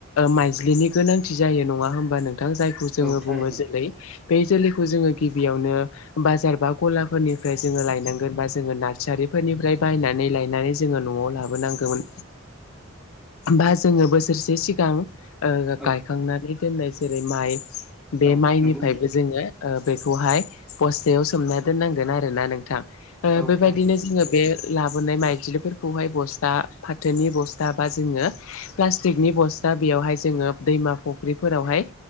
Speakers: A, on the left; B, in the centre.
A: माइज्लिनि गोनांथि जायो नङा होमबा नोंथां जायखौ जोङो
B: औ थारैनो
A: बुङो जेरै बे जोलैखौ जोङो गिबियावनो बाजार बा गलाफोरनिफ्राय जोङो लायनांगोन बा जोङो नार्सारि फोरनिफ्राय बायनानै लायनानै जोङो न'आव लाबोनांगौमोन बा जोङो बोसोरसे सिगां ओ
B: औ
A: गायखांनानै दोननाय जेरै माइ बे
B: औ
A: माइनिफ्रायबो
B: नंगौ नोंथां
A: जोङो बेखौहाय बस्थायाव सोमना दोननांगोन आरोना नोंथां। ओ
B: औ
A: बेबायदिनो
B: थारैनो
A: जोङो बे लाबोनाय माइज्लि खौहाय बस्था फाथोनि बस्था बा जोङो प्लाटिकनि बस्था बेयावहाय जोङो दै मा फख्रिफोरावहाय